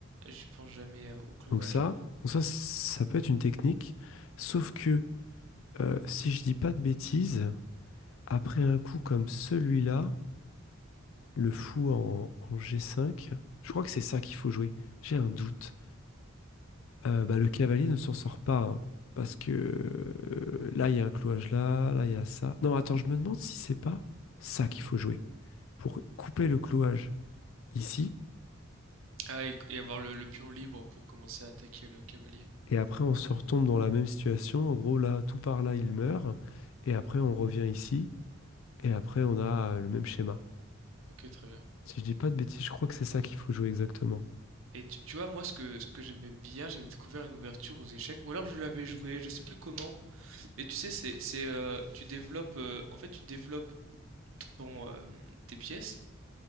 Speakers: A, on the right; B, on the left.
A: je pense jamais à- au clouage.
B: Donc ça, donc ça, ça peut être une technique. Sauf que euh, si je dis pas de bêtises, après un coup comme celui-là. Le fou en, en G5. Je crois que c'est ça qu'il faut jouer. J'ai un doute. Euh, bah, le cavalier ne s'en sort pas. hein, parce que euh, là, il y a un clouage là, là, il y a ça. Non, attends, je me demande si c'est pas ça qu'il faut jouer. Pour couper le clouage ici.
A: Ah et, et avoir le, le pion libre pour commencer à attaquer le cavalier.
B: Et après, on se retombe dans la même situation. En gros, là, tout par là, il meurt. Et après, on revient ici. Et après, on a euh, le même schéma.
A: OK, très bien.
B: Si je dis pas de bêtises, je crois que c'est ça qu'il faut jouer exactement.
A: Et tu, tu vois, moi, ce que, ce que j'aimais bien, j'avais découvert une ouverture aux échecs, ou alors je l'avais joué, je sais plus comment, mais tu sais, c'est, c'est, euh, tu développes, euh, en fait, tu développes ton, euh, tes pièces,